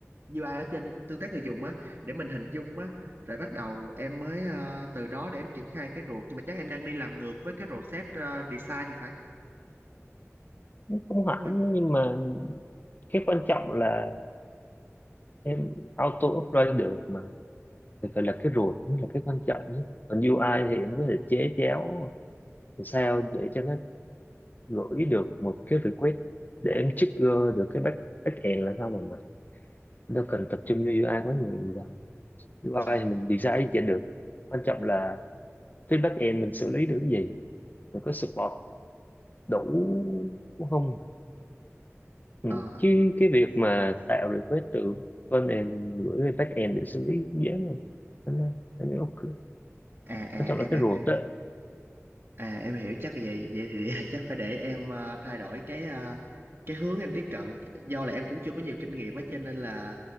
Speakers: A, on the right; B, on the left.
A: UI ở trên tương tác người dùng á để mình hình dung á rồi bắt đầu em mới ờ, từ đó để em triển khai cái ruột nhưng mà chắc em đang đi làm ngược với cái rổ set ờ, design thì phải
B: không
A: đúng
B: hẳn
A: không anh
B: nhưng mà cái quan trọng là em auto upgrade được mà thì phải là cái root mới là cái quan trọng chứ còn UI thì em có thể chế chéo làm sao để cho nó gửi được một cái request để em trigger được cái back backend là sao rồi mà đâu cần tập trung vô UI quá nhiều UI
A: ờ
B: thì mình design gì cho được quan trọng là phía back end mình xử lý được cái gì mình có support đủ không ừ.
A: ờ
B: chứ cái việc mà tạo request từ front gửi về back end để xử lý cũng dễ rồi Thế nên là anh nghĩ ok
A: à à
B: quan trọng
A: em
B: là cái
A: em
B: ruột
A: em
B: đó
A: hiểu À em hiểu chắc vậy vậy thì <laughs> chắc phải để em ờ, thay đổi cái ờ, cái hướng em tiếp cận do là em cũng chưa có nhiều kinh nghiệm á cho nên là